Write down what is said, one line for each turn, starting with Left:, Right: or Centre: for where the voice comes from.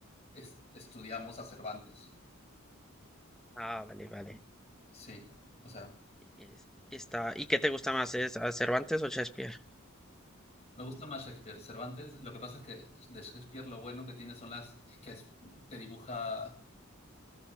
Left: es- estudiamos a Cervantes.
Centre: Ah, vale, vale.
Left: Sí, o sea,
Centre: Y, es- y está, ¿y qué te gusta más? ¿Es a Cervantes o Shakespeare?
Left: me gusta más Shakespeare. Cervantes, lo que pasa es que de Shakespeare lo bueno que tiene son las... Es que es- te dibuja,